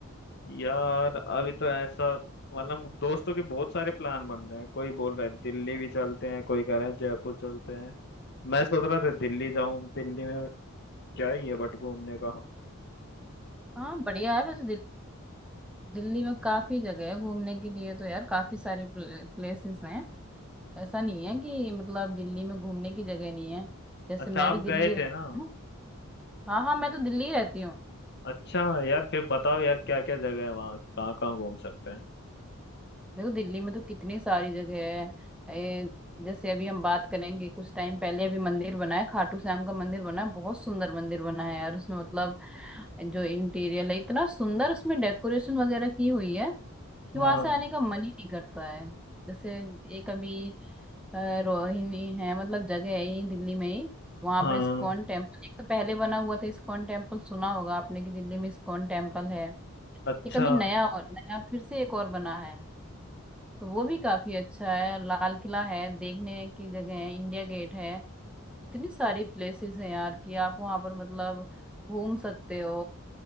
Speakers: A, on the left (about 50°); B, in the centre.
A: यार अभी तो ऐसा मतलब दोस्तों के बहुत सारे प्लान बन रहे हैं कोई बोल रहा है दिल्ली भी चलते हैं कोई कह रहा है जयपुर चलते हैं मैं सोच रहा था दिल्ली जाऊं दिल्ली में क्या ही है बट घूमने का
B: हाँ बढ़िया है वैसे दिल, दिल्ली में काफी जगह है घूमने के लिए तो यार काफी सारी प्लेसेस हैं ऐसा नहीं है कि मतलब दिल्ली में घूमने की जगह नहीं है जैसे
A: अच्छा
B: मैं
A: आप
B: भी दिल्ली
A: गए
B: ही रहती
A: थे ना
B: हूँ हाँ हाँ मैं तो दिल्ली ही रहती हूँ
A: अच्छा यार फिर बताओ यार क्या क्या जगह है वहाँ कहाँ कहाँ घूम सकते हैं
B: देखो दिल्ली में तो कितनी सारी जगह है ए, जैसे अभी हम बात करेंगे कुछ टाइम पहले अभी मंदिर बना है खाटू श्याम का मंदिर बना है बहुत सुंदर मंदिर बना है यार उसमें मतलब जो इंटीरियर है इतना सुंदर उसमें डेकोरेशन वगैरह की हुई है कि
A: हाँ
B: वहां से आने का मन ही नहीं करता है जैसे एक अभी अ, रोहिणी है मतलब जगह है यही दिल्ली में ही वहां
A: हाँ
B: पर इस्कॉन टेम्पल एक तो पहले बना हुआ था इस्कॉन टेम्पल सुना होगा आपने कि दिल्ली में इस्कॉन टेम्पल है ये
A: अच्छा
B: कभी नया और नया फिर से एक और बना है तो वो भी काफी अच्छा है लाल किला है देखने की जगह है इंडिया गेट है इतनी सारी प्लेसेस हैं यार कि आप वहां पर मतलब घूम सकते हो